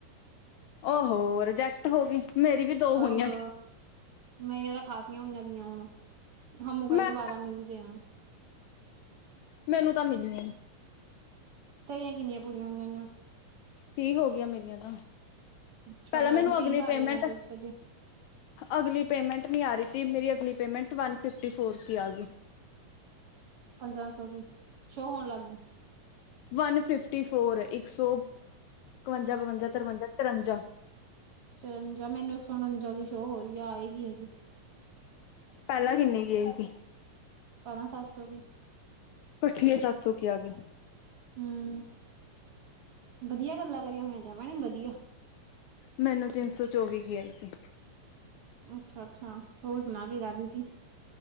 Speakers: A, on the left; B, on the right.
A: ਉਹ ਹੋ, ਰਿਜੈਕਟ ਹੋ ਗਈ ਮੇਰੀ ਵੀ ਦੋ
B: ਹੋਰ
A: ਹੋਈਆਂ
B: ਮੇਰੀਆਂ ਤਾਂ ਖ਼ਾਸੀਆਂ ਨਵੀਆਂ ਹੁਣ ਹਮੂ ਘਰੇ
A: ਮੈਂ
B: ਦੁਬਾਰਾ ਮਿਲ ਜੇ ਹਾਂ <unintelligible>
A: ਮੈਨੂੰ ਤਾਂ ਮਿਲੀਆ ਨੀ
B: ਤੇਰੀਆਂ ਕਿੰਨੀਆਂ ਪੂਰੀਆਂ ਹੋਈਆਂ ਹੋਈਆਂ।
A: ਤੀਹ ਹੋ ਗਈਆਂ ਮੇਰੀਆਂ ਤਾਂ,
B: ਅੱਛਾ
A: ਪਹਿਲਾਂ
B: ਮੈਂ
A: ਮੈਨੂੰ
B: ਵੀ
A: ਅਗਲੀ
B: ਤੀਹ ਕਰਨੀ
A: ਪੇਮੈਂਟ
B: ਅੱਜ ਅੱਜ
A: ਅਗਲੀ ਪੇਮੈਂਟ ਨਹੀਂ ਆ ਰਹੀ ਸੀ, ਮੇਰੀ ਅਗਲੀ ਪੇਮੈਂਟ ਵਨ ਫਿਫਟੀ ਫੋਰ ਕੀ, ਆ ਗਈ।
B: ਪੰਦਰਾਂ ਸੌ ਕੀ, ਸ਼ੋਅ ਹੋਣ ਲੱਗ ਗਈ।
A: ਵਨ ਫਿਫਟੀ ਫੋਰ ਇੱਕ ਸੌ ਇਕਵੰਜਾ, ਬਵੰਜਾ, ਤਰਵੰਜਾ, ਚੁਰੰਜਾ।
B: ਚਰੰਜਾ ਮੈਨੂੰ ਇੱਕ ਸੌ ਉੱਨਿਜਾ ਕੀ ਸ਼ੋਅ ਹੋ ਰਹੀ ਹੈ, ਆਏਗੀ ਹਜੇ।
A: ਪਹਿਲਾਂ ਕਿੰਨੇ ਕੀਏ ਸੀ
B: ਪਹਿਲਾਂ ਸੱਤ ਸੌ ਵੀ।
A: ਇਕੱਠੀਏ ਸੱਤ ਸੌ ਕੀ ਆ ਗਈ
B: ਹੂ, ਵਧੀਆ ਗੱਲਾਂ ਕਰੀਆਂ ਹੋਈਆਂ, ਤੇੈ ਮੈਂ ਵਧੀਆ
A: ਮੈਨੂੰ ਤਿੰਨ ਸੌ ਚੌਵੀ ਕੀ ਆਈ ਸੀ।
B: ਅੱਛਾ ਅੱਛਾ, ਹੋਰ ਸੁਣਾ ਕੇ ਕਰ ਰਹੀ ਤੀ